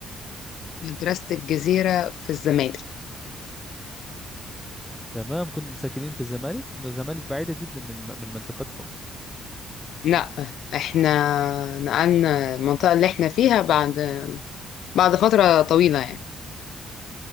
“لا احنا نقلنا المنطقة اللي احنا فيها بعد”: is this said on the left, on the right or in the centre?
Left